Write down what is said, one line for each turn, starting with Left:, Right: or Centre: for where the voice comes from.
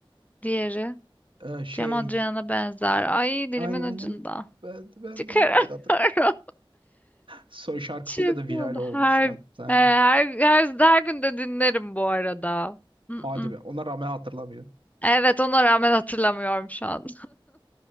Left: Diğeri.
Right: e, şey
Left: Cem Adrian'a benzer. Ay dilimin
Right: aynen
Left: ucunda.
Right: aynen ben, ben
Left: Çıkaramıyorum.
Right: de ben de hatırlıyorum. Son
Left: <laughs>
Right: şarkısıyla
Left: Şey
Right: da viral
Left: oldu.
Right: olmuştu
Left: Her,
Right: hatta.
Left: e, her, her, her gün de dinlerim bu arada. Mm-mm.
Right: Hadi be. Ona rağmen hatırlamıyorum.
Left: Evet ona rağmen hatırlamıyorum şu an.